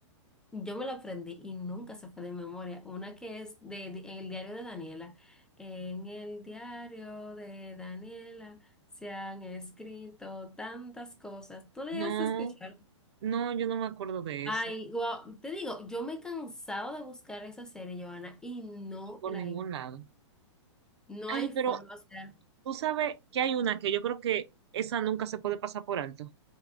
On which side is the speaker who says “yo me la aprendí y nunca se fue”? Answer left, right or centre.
Centre